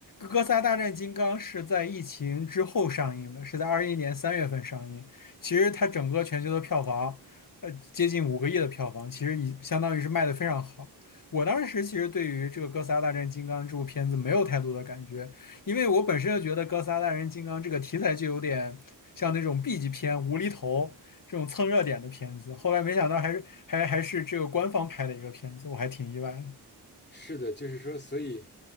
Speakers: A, on the left; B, on the left.
A: 《哥斯拉大战金刚》是在疫情之后上映的，是在二一年三月份上映。其实它整个全球的票房，呃，接近五个亿的票房，其实已相当于是卖的非常好。我当时其实对于这个《哥斯拉大战金刚》这部片子没有太多的感觉，因为我本身就觉得《哥斯拉大战金刚》这个题材就有点像那种 B 级片无厘头，这种蹭热点的片子。后来没想到还是还还是这个官方拍的一个片子，我还挺意外的。
B: 是的，就是说，所以，